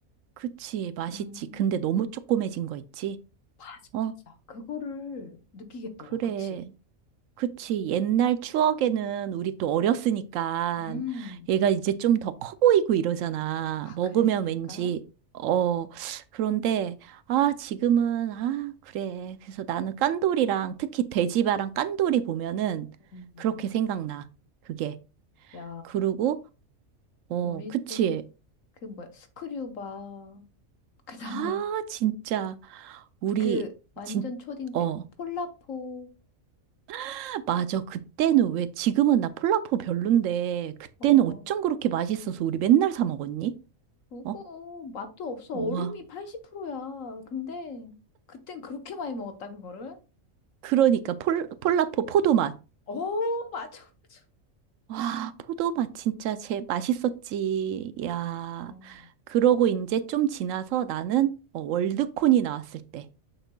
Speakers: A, on the right; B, on the left.
A: 그치, 맛있지.
B: 음,
A: 근데 너무 쪼꼬매진 거 있지?
B: 맞아,
A: 어,
B: 맞아. 그거를 느끼겠더라.
A: 그래.
B: 그치?
A: 그치. 옛날 추억에는 우리 또 어렸으니까
B: 음,
A: 얘가 이제 좀 더 커 보이고 이러잖아.
B: 아,
A: 먹으면
B: 그랬을까?
A: 왠지, 어, 그런데, 아, 지금은, 아, 그래. 그래서 나는 깐돌이랑 특히 돼지바랑 깐돌이 보면은
B: 음.
A: 그렇게 생각나. 그게.
B: 야,
A: 그리고, 어,
B: 우리
A: 그치.
B: 때, 그 뭐야, 스크류바. <laughs> 그 다음에,
A: 아, 진짜. 우리,
B: 그 완전
A: 진,
B: 초딩
A: 어.
B: 때 폴라포
A: 아, 맞아. 그때는 왜, 지금은 나 폴라포 별론데, 그때는
B: 어
A: 어쩜 그렇게 맛있어서 우리 맨날 사 먹었니?
B: 그거
A: 어?
B: 맛도 없어
A: 와.
B: 얼음이 80%야 근데 그땐 그렇게 많이 먹었다 그거를
A: 그러니까 폴, 폴라포 포도맛.
B: 어 <laughs> 맞아 맞아
A: 와, 포도맛 진짜 제 맛있었지. 야.
B: 어
A: 그러고 이제 좀 지나서 나는
B: 음,
A: 어,
B: 음.
A: 월드콘이 나왔을 때.